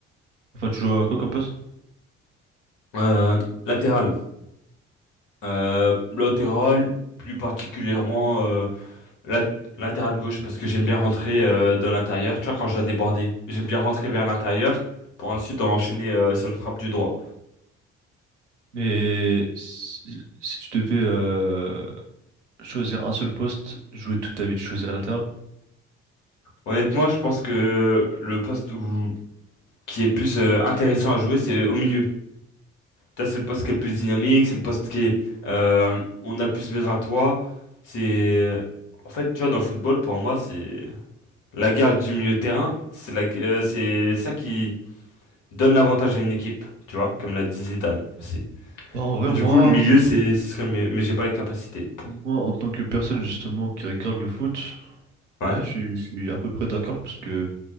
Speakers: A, on the right; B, on the left.
A: Enfin, tu joues à quoi comme poste?
B: Euh, latéral. Euh, latéral, plus particulièrement euh, lat- latéral gauche, parce que j'aime bien rentrer euh, dans l'intérieur. Tu vois, quand je dois déborder, j'aime bien rentrer vers l'intérieur pour ensuite enchaîner euh, sur une frappe du droit.
A: Et si, si tu devais euh, choisir un seul poste, jouer toute ta vie, tu choisirais latéral?
B: Honnêtement, je pense que le poste où, qui est plus euh, intéressant à jouer, c'est au milieu. Ça, c'est le poste qui est le plus dynamique, c'est le poste qui est, euh, où on a le plus besoin de toi. C'est, euh, en fait, tu vois, dans le football, pour moi, c'est la guerre du milieu de terrain. C'est la, gu- euh, c'est ça qui donne l'avantage à une équipe, tu vois, comme l'a dit Zidane aussi.
A: Bah, en vrai,
B: Et du
A: moi,
B: coup, le milieu, c'est, ce serait mieux, mais j'ai pas les capacités pour.
A: moi, en tant que personne justement qui regarde le foot, bah,
B: Ouais.
A: je, suis je suis à peu près d'accord parce que